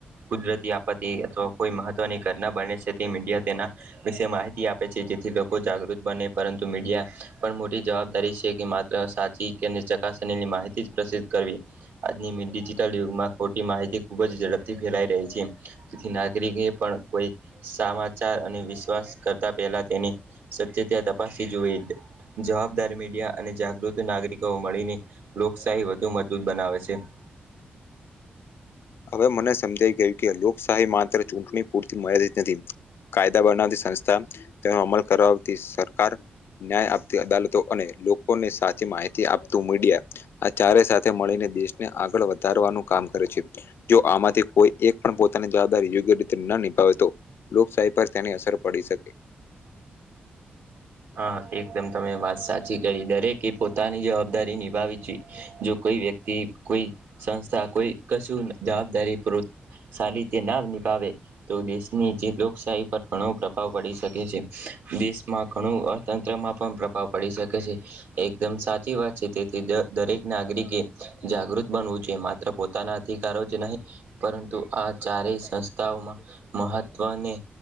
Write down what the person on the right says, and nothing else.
કુદરતી આપત્તિ અથવા કોઈ મહત્વની ઘટના બને મીડિયા તેના વિશે માહિતી આપે છે જેથી લોકો જાગૃત બને પરંતુ મીડિયા પણ મોટી જવાબદારી છે કે માત્ર સાચી કે ચકાસણી માહિતી જ પ્રસિદ્ધ કરવી આજની ડિજિટલ યુગમાં ખોટી માહિતી ખૂબ જ ઝડપથી ફેલાઈ રહેહી છે તેથી નાગરિક એ પણ કોઈ સમાચાર અને વિશ્વાસ કરતા પહેલા તેની સત્ય ત્યા તપાસી જોઈ જવાબદાર મીડિયા અને જાગૃત નાગરિકો મળીને લોકશાહી વધુ મજબૂત બનાવે છે. <inaudible>
<inaudible> હા એકદમ તમે વાત સાચી કરી દરેકે એ પોતાની જવાબદારી નિભાવી છે જો કોઈ વ્યક્તિ કોઈ સંસ્થા કોઈ કશું જવાબદારીૂ પુર્વક સારી રીતે ના નિભાવે તો દેશની જે લોકશાહી પર ઘણો પ્રભાવ પડી શકે છે. દેશમાં ઘણું અર્થતંત્રમાં પણ પ્રભાવ પડી શકે છે એકદમ સાચી વાત છે તેથી દરેકને નાગરિક તરિ ખે જાગૃત બનવું જો માત્ર પોતાના અધિકારો જ નહી પરંતુ આ ચારે સંસ્થાઓમાં મહત્વને